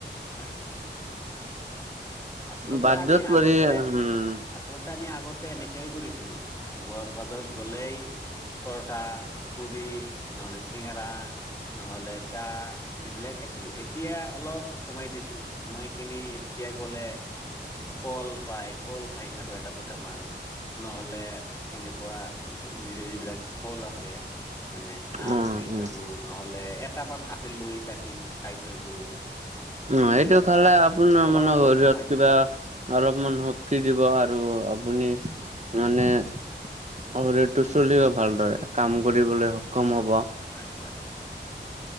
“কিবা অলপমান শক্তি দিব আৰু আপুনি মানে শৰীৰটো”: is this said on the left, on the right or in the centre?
Right